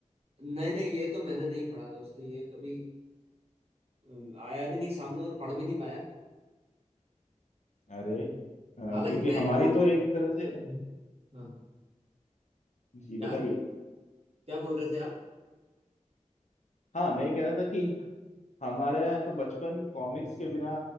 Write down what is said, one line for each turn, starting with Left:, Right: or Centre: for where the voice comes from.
Right: नहीं नहीं ये तो मैंने नहीं पढ़ा दोस्तों ये कभी अम, आया भी नहीं सामने और पढ़ भी नहीं पाया
Left: अरे अ,
Right: हालांकि
Left: क्योंकि
Right: मैं
Left: हमारी
Right: इनको
Left: तो एक तरह से
Right: हम्म, हाँ
Left: जी बताइए
Right: क्या क्या बोल रहे थे आप
Left: हाँ मैं ये कह रहा था कि हमारे यहाँ तो बचपन कॉमिक्स के बिना